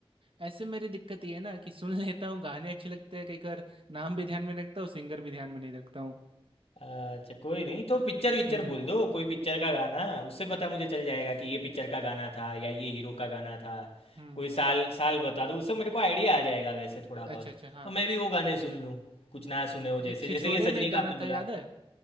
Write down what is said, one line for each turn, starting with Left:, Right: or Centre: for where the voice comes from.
Right: ऐसे मेरी दिक्कत ये है ना कि सुन <laughs> लेता हूँ गाने अच्छे लगते हैं कई बार नाम भी ध्यान में रखता हूँ सिंगर भी ध्यान में नहीं रखता हूँ
Left: अच्छा कोई नहीं तो पिक्चर विक्चर
Right: हम्म
Left: बोल दो कोई पिक्चर का गाना उससे पता मुझे चल जाएगा कि ये पिक्चर का गाना था या ये हीरो का गाना था
Right: हम्म
Left: कोई साल साल बता दो उससे मेरे को आइडिया आ जाएगा वैसे थोड़ा बहुत
Right: अच्छा अच्छा हाँ
Left: तो मैं भी वो गाने सुन लूँ कुछ ना सुने हो जैसे
Right: एक छिछोरे
Left: जैसे ये सजनी
Right: में एक
Left: का
Right: गाना
Left: आपने बोला
Right: था याद है